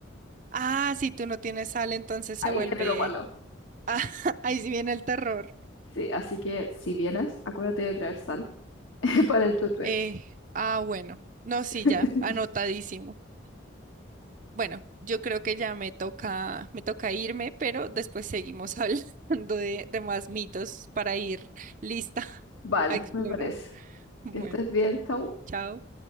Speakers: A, on the right; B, on the left.
A: Ah, si tú no tienes sal, entonces
B: Ahí
A: se vuelve.
B: viene lo malo.
A: <laughs> Ah, ahí sí viene el terror.
B: Sí, así que si vienes, acuérdate de traer sal <laughs> que para el tutué.
A: Eh, ah, bueno. No, sí,
B: <laughs>
A: ya, anotadísimo. Bueno, yo creo que ya me toca, me toca irme, pero después seguimos <laughs> hablando de, de más mitos para ir lista <laughs>
B: Vale,
A: a explorar.
B: me parece.
A: Bueno,
B: Que estés bien, Tau.
A: chao.